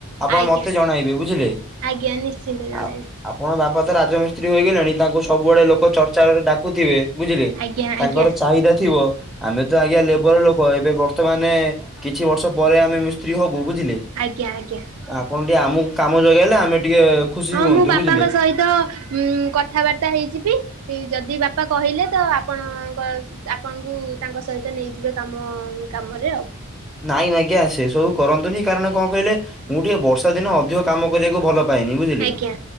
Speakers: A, in the centre; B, on the right.
A: ଆପଣ
B: ଆଜ୍ଞା
A: ମତେ ଜଣେଇବେ, ବୁଝିଲେ?
B: ଆଜ୍ଞା ନିଶ୍ଚିନ୍ତ ଜଣେଇବି
A: ଆଉ ଆପଣଙ୍କ ବାପା ତ ରାଜମିସ୍ତ୍ରୀ ହେଇଗଲେଣି, ତାଙ୍କୁ ସବୁବେଳେ ଲୋକ ଚର୍ଚ୍ଚାରେ ଡାକୁଥିବେ। ବୁଝିଲେ,
B: ଆଜ୍ଞା
A: ତାଙ୍କର
B: ଆଜ୍ଞା
A: ଚାହିଦା ଥିବ, ଆମେ ତ ଆଜ୍ଞା ଲୋ ଲେବର ଲୋକ, ଏବେ ବର୍ତ୍ତମାନ, କିଛି ବର୍ଷ ପରେ ଆମେ ମିସ୍ତ୍ରୀ ହବୁ, ବୁଝିଲେ।
B: ଆଜ୍ଞା ଆଜ୍ଞା।
A: ଆପଣ ଟିକେ ଆମକୁ କାମ ଯୋଗେଇଲେ, ଆମେ ଟିକେ ଖୁସି
B: ହଁ,
A: ହୁଅନ୍ତୁ
B: ମୁଁ ବାପାଙ୍କ
A: ବୁଝିଲେ।
B: ସହିତ ଉ କଥାବାର୍ତ୍ତା ହେଇଯିବି। ଯଦି ବାପା କହିଲେ ତ, ଆପଣଙ୍କ ଆପଣଙ୍କୁ, ତାଙ୍କ ସହିତ ନେଇଯିବେ କାମ କାମରେ ଆଉ।
A: ନାଇଁ ଆଜ୍ଞା, ସେସବୁ କରନ୍ତୁନି କାରଣ କଣ କହିଲେ, ମୁଁ ଟିକେ ବର୍ଷା ଦିନ ଅଧିକ କାମ କରିବାକୁ ଭଲ ପାଏନି, ବୁଝିଲେ?
B: ଆଜ୍ଞା